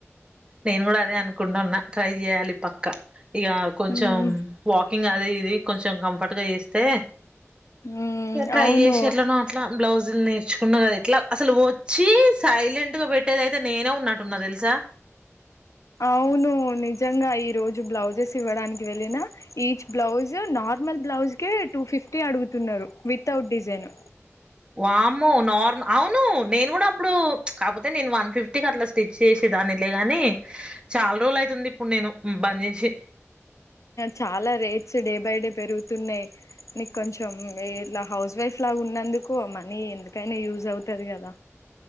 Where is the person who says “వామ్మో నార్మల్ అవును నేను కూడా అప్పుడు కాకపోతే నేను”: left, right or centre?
Right